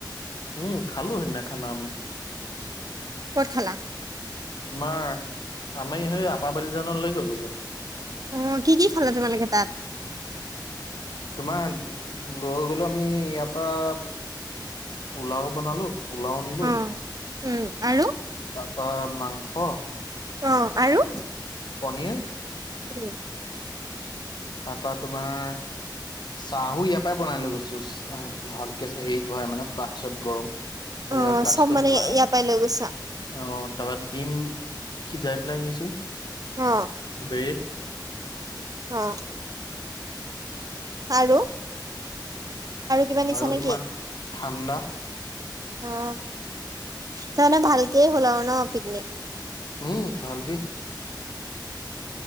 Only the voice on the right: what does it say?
ক'ত খালা?
অ', কি-কি খালা তোমালোকে তাত?
অহ উম, আৰু
অ', আৰু?
উম।
অ
চব মানে
ইয়াৰ
পৰাই লৈ গৈছা
অ
অ'। আৰু? কিবা নিছা
নেকি
অ'। সি তাৰ মানে ভালকেই হ'ল আৰু ন পিকনিক?